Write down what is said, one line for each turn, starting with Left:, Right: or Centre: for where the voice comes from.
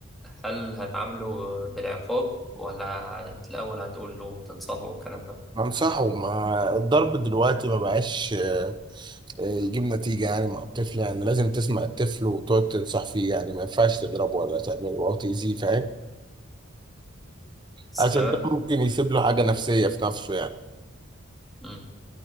Centre: هل هتعامله بالعقاب ولا هت- الاول هتقول له تنصحه والكلام ده
Right: انصحه ما الضرب دلوقتي ما بقاش آه، آه، يجيب نتيجه يعني مع الطفل يعني لازم تسمع الطفل وتقعد تنصح فيه يعني ما ينفعش تضربه ولا تعمله او تاذيه فاهم
Centre: بس
Right: عشان
Centre: خلي
Right: ده ممكن يسيب له حاجه نفسيه في نفسه يعني
Centre: بالك